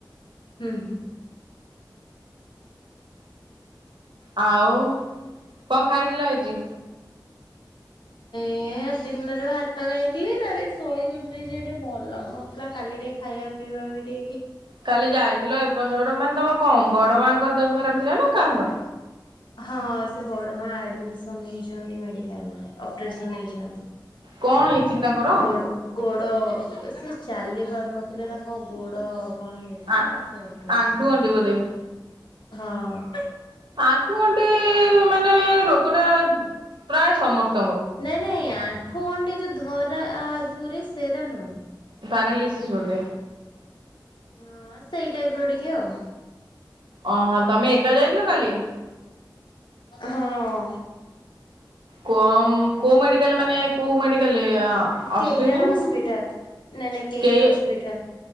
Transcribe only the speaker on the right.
ଆଉ କଣ ଖାଇଥିଲ ଆଜି?
କାଲି ଯାଇଥିଲ ଏପ ସେପଟ ମାନେ ତମ କ ବଡ ମାଆଙ୍କ ଦେହ ଖରାପ ଥିଲା ନା କାହାର?
କଣ ହେଇଛି କି ତାଙ୍କର?
ଆ
ଆଣ୍ଠୁ ଗଣ୍ଠି
ବୋଧେ
ଆଣ୍ଠୁ ଗଣ୍ଠି ମାନେ ରୋଗ ଟା ପ୍ରାୟ ସମସ୍ତ
ପ୍ୟାରଲିିସିସ୍ ବଧେ?
ଓହୋ ତମେ ଏକା ଯାଇଥିଲ
କାଲି?
କ କୋଉ ମେଡିକାଲ ମାନେ କୋଉ ମେଡିକାଲରେ ଆ ଅସ୍ୱେନୀ?
କେ